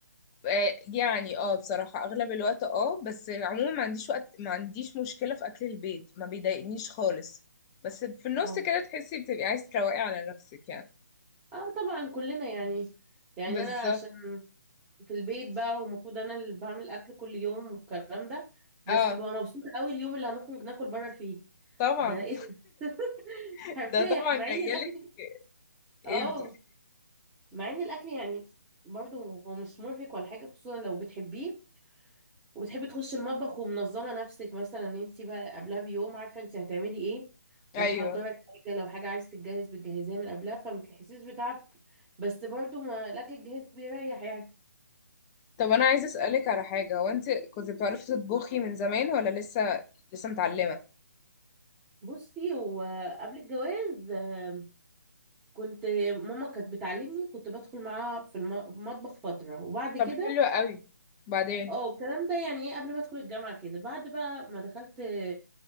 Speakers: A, on the left; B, on the right.
A: آه، يعني اه بصراحة اغلب الوقت اه بس عموما ما عنديش وقت ما عنديش مشكلة في اكل البيت ما بيضايقنيش خالص بس في النص
B: اه
A: كده تحسي بتبقي عايز تروقي على نفسك يعني
B: اه طبعا كلنا يعني يعني
A: بالظبط
B: انا عشان في البيت بقى ومفروض انا اللي بعمل اكل كل يوم والكلام ده بس
A: اه
B: ببقى مبسوطه قوي اليوم اللي هنخرج ناكل بره فيه
A: طبعا
B: ده ايه ده <laughs>
A: <laughs>
B: هرتاح
A: ده طبعا
B: مع
A: جايلك
B: ان الاكل
A: ايه
B: اه
A: بتقولي
B: مع ان الاكل يعني برضه هو هو مش مرهق ولا حاجه خصوصا لو بتحبيه وبتحبي تخشي المطبخ ومنظمه نفسك مثلا ان انت بقى قبلها بيوم عارفه انت هتعملي ايه ومحضره
A: ايوه
B: الحاجه لو حاجه عايزه تتجهز بتجهزيها من قبلها فما تحسيش بتعب بس برضه ما الاكل الجاهز بيريح يعني
A: طب انا عايزة اسألك على حاجة هو انت كنت بتعرفي تطبخي من زمان ولا لسه لسه متعلمة
B: بصي هو قبل الجواز آم، كنت ماما كانت بتعلمني كنت بدخل معاها في الم- المطبخ فترة وبعد
A: طب
B: كده
A: حلو قوي بعدين
B: اه الكلام ده يعني ايه قبل ما ادخل الجامعة كده بعد بقى ما دخلت آه،